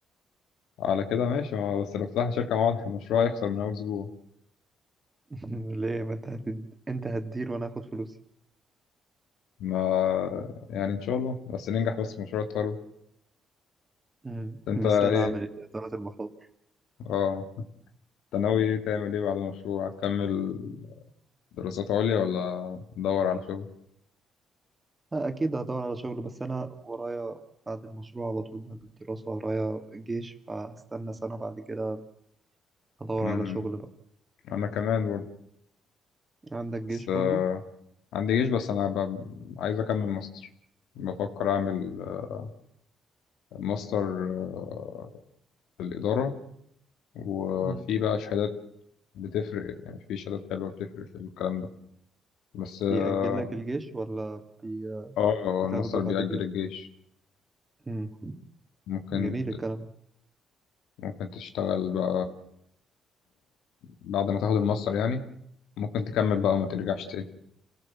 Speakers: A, on the left (about 80°); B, on the right (about 20°).
A: على كده ماشي ما بس لو فتحنا شركة مع بعض <laughs> المشروع هيخسر من أول أسبوع
B: <laughs> ليه ما أنت هتد... أنت هتدير وأنا هاخد فلوسي
A: ما يعني ان شاء الله بس ننجح بس في مشروع التخرج
B: مم.
A: انت
B: مثال
A: ايه
B: عملي لإدارة المخاطر
A: اه انت ناوي تعمل ايه بعد المشروع هتكمل دراسات عليا ولا تدور على شغل
B: أه، أكيد هدور على شغل بس أنا ورايا بعد المشروع على طول بعد الدراسة ورايا جيش فهستنى سنة بعد كده هدور
A: امم
B: على شغل بقى
A: انا كمان برضه
B: عندك
A: بس
B: جيش
A: آه،
B: برضو
A: عندي جيش بس انا ب... عايز اكمل ماستر بفكر اعمل آه، ماستر آه، في الاداره وفي
B: مم.
A: بقى شهادات بتفرق يعني في شهادات حلوه بتفرق في الكلام ده بس اه
B: بيأجل لك الجيش ولا بي...
A: آه،
B: بتاخده
A: الماستر
B: بعد
A: بيأجل
B: الجيش
A: الجيش
B: امم
A: ممكن
B: جميل الكلام
A: ممكن تشتغل بقى بعد ما تاخد الماستر يعني ممكن تكمل بقى وما ترجعش تاني